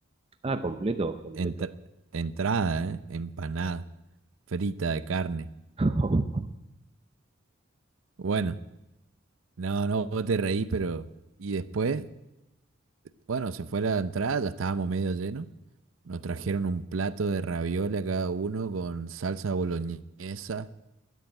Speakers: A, on the right; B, on the right.
A: Ah, completo, completo.
B: Entra- entrada, ¿eh? Empanada, frita de carne.
A: <laughs>
B: Bueno, no, no, vos te reí, pero... Y después, bueno, se fue la entrada, ya estábamos medio llenos. Nos trajeron un plato de ravioli a cada uno con salsa boloñesa,